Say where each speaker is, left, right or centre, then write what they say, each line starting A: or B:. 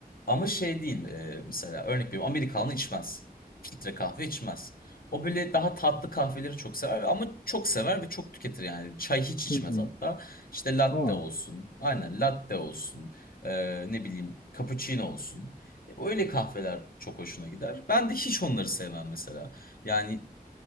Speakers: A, on the left; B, on the left.
A: Ama şey değil e, mesela örnek veriyorum Amerikanlı içmez. Filtre kahve içmez. O böyle daha tatlı kahveleri çok sever ama çok sever ve çok tüketir yani. Çay hiç içmez
B: Hı hı.
A: hatta. İşte latte
B: Aa.
A: olsun. Aynen latte olsun. E, ne bileyim cappuccino olsun. Öyle kahveler çok hoşuna gider. Ben de hiç onları sevmem mesela. Yani